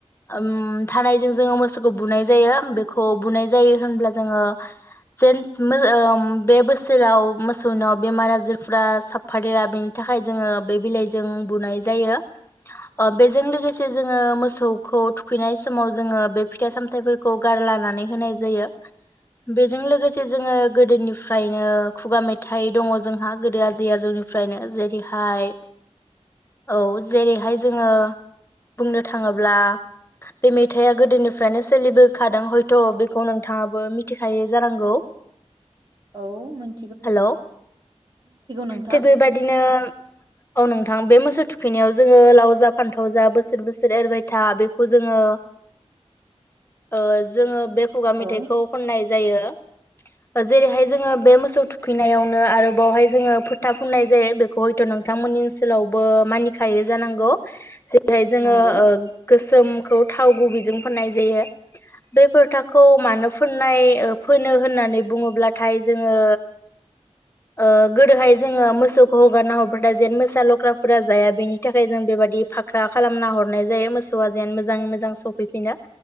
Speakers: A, on the left; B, on the right.
A: उम थारायजों जोङो मोसौखौ बुनाय जायो बेखौ बुनाय जायो होनब्ला जोङो जेन्स <unintelligible> बे बोसोराव मो मोसौनाव बेमार आजारफ्रा साफादेरा बेनि थाखाय जोङो बे बिलाइजों बुनाय जायो ओ बेजों लोगोसे जोङो मोसौखौ थुखैनाय समाव जोङो बे फिथाइ सामथाइफोरखौ गारलानानै होनाय जायो बेजों लोगोसे जोङो गोदोनिफ्रायनो खुगा मेथ थाय दङ जोंहा गोदो आज जिया जौनिफ्रायनो जेरैह हाय औ जेरैहाय जोङो बुंनो थाङोब्ला बे मेथाइया गोदोनि फ्रायनो सोलिबोखादों हयथ बेखौ नोंथाङाबो मिथिखायो जानांगौ
B: औ मोन
A: हेलौ
B: नोंथां
A: थिग बेबायदिनो औ नोंथां बे मोसौ थुखैनायाव जोङो लाव जा फान्थाव जा बोसोर बोसोर एरबाय था बेखौ जोङो ओ जोङो बे खुगा मेथाइखौ
B: औ
A: खननाय जायो जेरैहाय जोङो बे मोसौ थु फैनायावनो आरो बावहाय जोङो फोथा फुननाय जायो बेखौ हयथ नोंथांमोननि ओनसोलावबो मानिखायो जानांगौ <unintelligible> जोङो
B: नंगौ
A: ओ गोस सोमखौ थाव गुबैजों फोननाय जायो बे फोथाखौ मानो फुननाय ओ फोनो होननानै बुङोब्लाथाय जोङो औ गोदोहाय जोङो मोसौ हगारना हरबाथाय जेन मोसा लख्राफोरा जाया बेनि थाखाय जों बेबायाददि फाख्रि <unintelligible> खालामना हरनाय जायो मोसौ <unintelligible> मोजाङै मोजां सफैफिनो